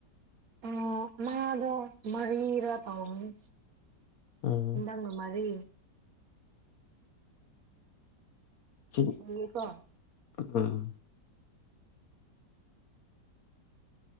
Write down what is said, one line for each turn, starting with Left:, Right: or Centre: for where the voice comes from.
Right: ꯑꯣ ꯃꯤꯗꯣ ꯃꯔꯤꯔꯥ ꯇꯥꯎꯕꯅꯦ
Left: ꯎꯝ
Right: ꯍꯥꯟꯗꯥꯛꯅ ꯃꯔꯤ
Left: ꯎ <inaudible>
Right: ꯍꯀ <inaudible>
Left: ꯎꯝ